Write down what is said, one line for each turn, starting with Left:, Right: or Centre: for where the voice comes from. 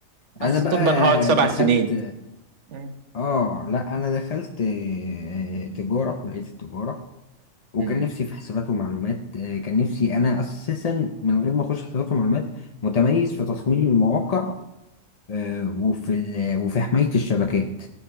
Right: بس
Left: انا بقى
Right: طب انا هقعد سبع
Left: دخلت
Right: سنين مم.
Left: اه لا انا دخلت آه، تجارة كلية التجارة وكان
Right: مم.
Left: نفسي في حسابات ومعلومات آه، كان نفسي انا اساسا من غير ما اخش حسابات ومعلومات متميز في تصميم المواقع آه، وفي ال- وفي حماية الشبكات